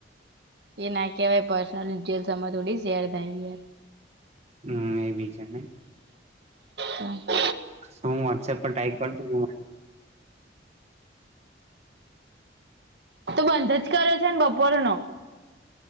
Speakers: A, on the right; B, on the right.
A: એ ના કહેવાય પર્સનલ ડિટેલ્સ આમાં થોડી શેર થાય.
B: હમ એ બી છે નઈ.
A: હમ.
B: હ, હું વોટ્સએપ પર ટાઈપ કર દું.
A: તો બંધ જ કરે છેને, બપોરન